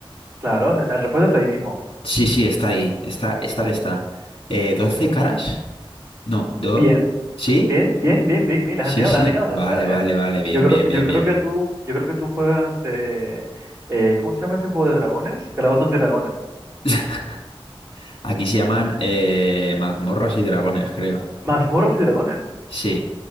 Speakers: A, on the right; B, on the left.
A: claro, la respuesta está ahí mismo.
B: Sí, sí, está ahí. Está, estar está. Eh, ¿doce caras? No, do.
A: Bien,
B: ¿Sí?
A: Bien, bien, bien, bien, bien, las
B: Sí,
A: has atinado,
B: sí.
A: las has atinado,
B: Vale,
A: la primera,
B: vale,
A: ¿eh?
B: vale. Bien,
A: Yo creo,
B: bien,
A: yo
B: bien,
A: creo
B: bien.
A: que tú, yo creo que tú juegas, eh, eh, ¿cómo se llama ese juego de dragones? Calabozos y dragones.
B: <laughs> Aquí se llaman eh, mazmorras y dragones, creo.
A: Mazmorras y dragones.
B: Sí.